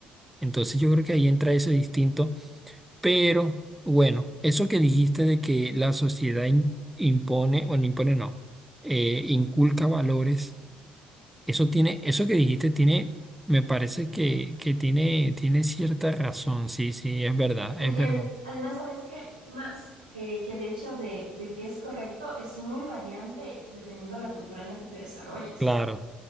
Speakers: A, in the centre; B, on the right.
A: Entonces yo creo que ahí entra ese instinto, pero bueno, eso que dijiste de que la sociedad im- impone, o no impone, no, eh, inculca valores Eso tiene, eso que dijiste tiene, me parece que, que tiene, tiene cierta razón. Sí, sí, es verdad,
B: Mm,
A: es
B: el-
A: verdad.
B: además, ¿sabes qué? ¿Qué más? Eh, que el hecho de, de que es correcto es muy variante dependiendo de la cultura en la que te desarrollas.
A: Claro,